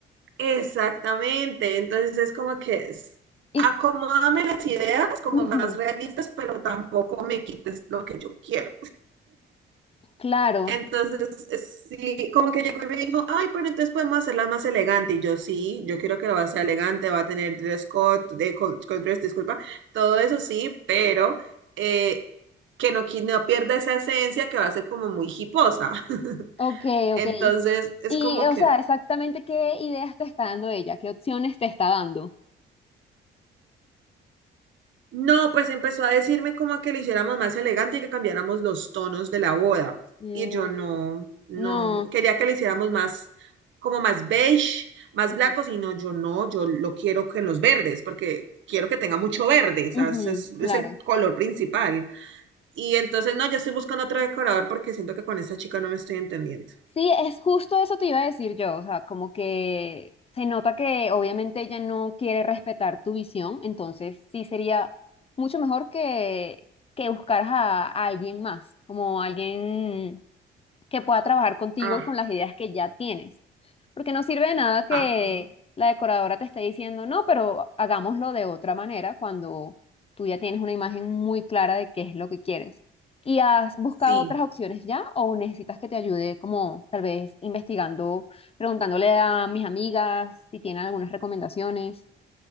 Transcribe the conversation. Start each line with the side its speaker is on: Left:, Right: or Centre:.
Right: Exactamente. Entonces es como que es-
Left: Y,
Right: acomódame las ideas como
Left: ujú,
Right: más realistas, pero tampoco me quites lo que yo quiero.
Left: claro,
Right: Entonces, sí, como que llegó y me dijo, ay, pero entonces podemos hacerla más elegante. Y yo, sí, yo quiero que la va a ser elegante, va a tener dress code, de, co- co- dress, disculpa, todo eso sí, pero eh, que no, qui- no pierda esa esencia que va a ser como muy hiposa. <laughs>
Left: ok, ok.
Right: Entonces,
Left: Y,
Right: es
Left: y,
Right: como
Left: o
Right: que,
Left: sea, exactamente qué ideas te está dando ella, qué opciones te está dando.
Right: No, pues empezó a decirme como que lo hiciéramos más elegante y que cambiáramos los tonos de la boda.
Left: Mm,
Right: Y yo no, no,
Left: no.
Right: quería que lo hiciéramos más, como más beige, más
Left: Ujú,
Right: blancos, y no, yo no, yo lo quiero que en los verdes, porque quiero que tenga mucho verde, o
Left: ujú,
Right: sea, ese es,
Left: claro.
Right: es el color principal. Y entonces, no, yo estoy buscando otro decorador porque siento que con esta chica no me estoy entendiendo.
Left: Sí, es justo eso te iba a decir yo, o sea, como que se nota que obviamente ella no quiere respetar tu visión, entonces sí sería mucho mejor que, que buscaras a, a alguien más, como alguien que pueda trabajar contigo
Right: Ah,
Left: y con las ideas que ya tienes. Porque no sirve de nada que
Right: ajá.
Left: la decoradora te esté diciendo, no, pero hagámoslo de otra manera cuando tú ya tienes una imagen muy clara de qué es lo que quieres. ¿Y has buscado
Right: Sí.
Left: otras opciones ya o necesitas que te ayude como tal vez investigando, preguntándole a mis amigas si tienen algunas recomendaciones